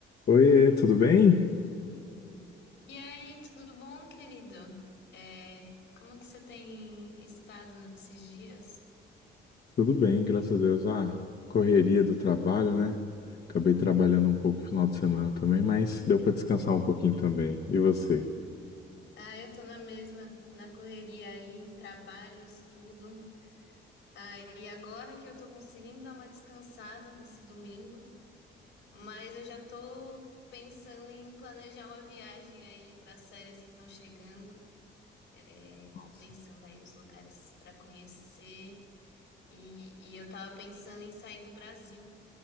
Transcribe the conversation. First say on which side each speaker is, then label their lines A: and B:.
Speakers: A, on the left; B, on the left.
A: Oiê, tudo bem?
B: E aí, tudo bom, querido? É, como que você tem estado nesses dias?
A: Tudo bem, graças a Deus. Ah, correria do trabalho, né? Acabei trabalhando um pouco no final de semana também, mas deu para descansar um pouquinho também. E você?
B: Ah, eu tô na mesma, na correria aí, trabalho, estudo. Ah, e agora que eu tô conseguindo dar uma descansada nesse domingo, mas eu já tô pensando em planejar uma viagem aí para as férias que estão chegando. É,
A: Nossa,
B: tô pensando aí nos lugares para conhecer e, e eu tava pensando em sair do Brasil.